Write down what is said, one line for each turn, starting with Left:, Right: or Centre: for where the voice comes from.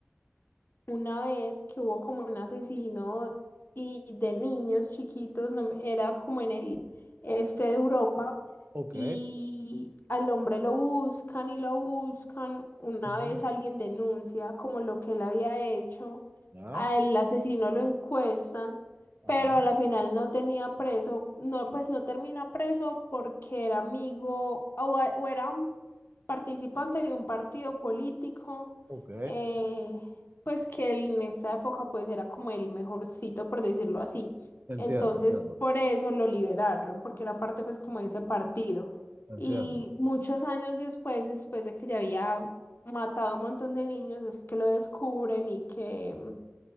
Left: una vez que hubo como un asesino y de niños chiquitos, no me- era como en el este de Europa,
Right: ok,
Left: y al hombre lo buscan y lo buscan. Una
Right: ujú,
Left: vez alguien denuncia como lo que él había hecho,
Right: ya,
Left: al asesino lo encuestan,
Right: ajá,
Left: pero a la final no tenía preso, no, pues no termina preso porque era amigo o, o era participante de un partido político.
Right: ok.
Left: eh, pues que él en esa época pues era como el mejorcito, por decirlo así.
Right: Entiendo,
Left: Entonces,
Right: entiendo,
Left: por eso lo liberaron, porque era parte pues como de ese partido.
Right: entiendo.
Left: Y muchos años después, después de que ya había matado a un montón de niños, es que lo descubren y que,